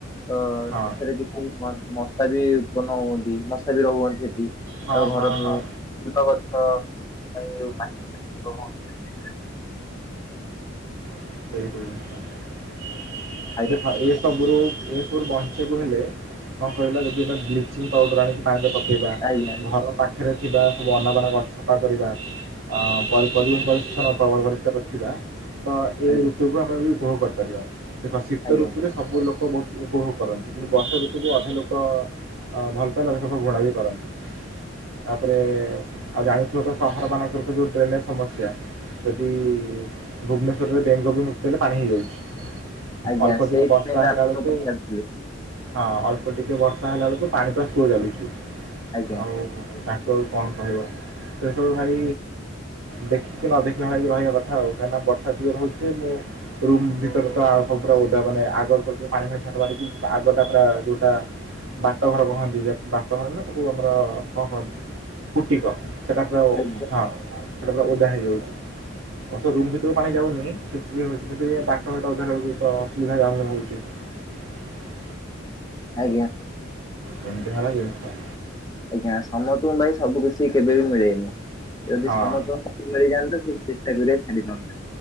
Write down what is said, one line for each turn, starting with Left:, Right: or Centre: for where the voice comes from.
Left: ତ
Right: ହଁ
Left: ସେଥିରେ କିଛି ମ ମ ମସା ବି ଉତ୍ପନ୍ନ ହୁଅନ୍ତି ମଶା ବି ରହୁ ହଅନ୍ତି ସେଠି। <unintelligible>
Right: ହଁ ହଁ ହଁ <inaudible> ସବୁରୁ
Left: ଆଜ୍ଞା
Right: ଏସବୁରୁ ବଞ୍ଚିବାକୁ ହେଲେ କଣ କହିଲା ଯଦି ଏ ବ୍ଲିଚିଂ ପାଉଡ଼ର ଆଣି ପାଜ ପକେଇବା,
Left: ଆଜ୍ଞା
Right: ଘର ପାଖ ପାଖରେ ଥିବା ସବୁ ଅନାବାନ ଗଛ ସଫା କରିବା ପର ପରି୍ଛନ ପରିଷ୍କାର ରଖିବା। ତ ଏ
Left: ଆଜ୍ଞା
Right: ଋତୁକୁ ଆମେ ବି ଉପଭୋଗ କରିପାରିବା ଦେଖ ଶୀତ
Left: ଆଜ୍ଞା
Right: ଋତୁରେ ସବୁ ଲୋକ ଉପଭୋଗ କରନ୍ତି। କିନ୍ତୁ ବର୍ଷା ଋତୁକୁ ଅଧା ଲୋକ ଆ ଭଲ ପାଇଲା ସେ ଘୋଡ଼ା ବି କରନ୍ତି। ତାପରେ ଆଉ ଜାଣିଥିବ ତ ସହର ମାନଙ୍କରେ ତ ଯୋଉ ଡ୍ରେନେଜ ସମସ୍ୟା। ଯଦି ଭୁବନେଶ ବେଙ୍ଗ ବି ମୁତିଲେ ପାଣି ହେଇଯାଉଛି
Left: ଆଜ୍ଞା
Right: ଅଳ୍ପ
Left: ସେଇଥିପାଇଁ
Right: ଟିକେ ବର୍ଷା
Left: ତ
Right: ହେଲା
Left: ଆପଣଙ୍କୁ
Right: ବେଳକୁ
Left: ପଚାରୁଥିଲି
Right: ହଁ ଅଳ୍ପ ଟିକେ ବର୍ଷା ହେଲା ବେଳକୁ ପାଣିଟା ସୁଅ ଚାଲୁଛି।
Left: ଆଜ୍ଞା।
Right: ଆଉ ତାଙ୍କୁ ଆଉ କଣ କହିବ? ସେସବୁ ଭାଇ ଦେଖିକି ନ ଦେଖିଲା ଭଳି କିି ରହିବା କଥା ଆଉ କହିଁକି ନା ବର୍ଷ ମୁଁ ରୁମ ଭିତରେ ତ ଆଗ ପୁରା ଓଦା ମାନେ ଆଗ ପାଣି ଫାଣୀ ଛାଟ ମାରିକି ଆ ଆଗଟା ପୁରା ଯୋଉଟା ବାଟ ଘର କହନ୍ତି, ବାଟ ଘର ନା ସବୁ ଆମର କଣ କୁହନ୍ତି? ପୁଟିକ ସେଟା ପୁରା ଓ
Left: ଆଜ୍ଞା
Right: ହଁ ସେଟା ପୁରା ଓଦା ହେଇଯାଉଛି। ରୁମ୍ ଭି ପାଣି ଯାଉନି ସେ ହଉଛି କିନ୍ତୁ ଏ ବାଟ ଘରଟା ଓଦା ହେଲା ବେଲକୁ ତ। <unintelligible>
Left: ଆଜ୍ଞା।
Right: ଏମିତି ହେଲା ଜନିଷ।
Left: ଆଜ୍ଞା ସମସ୍ତଙ୍କୁ ଭାଇ ସବୁ କିଛି କେବେ ବିି ମିଳେନି। ଯଦି
Right: ହଁ।
Left: ସମସ୍ତଙ୍କୁ ସବୁ ମିଳିଯାଆନ୍ତା ତ ସେ ଚେଷ୍ଟା କରିବା ଛାଡ଼ିନ।